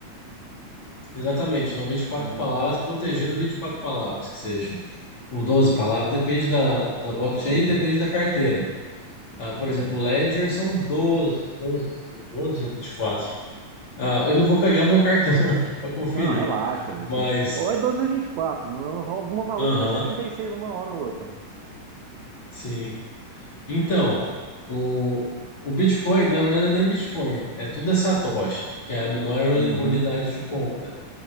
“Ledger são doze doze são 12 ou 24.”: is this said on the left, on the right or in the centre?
Left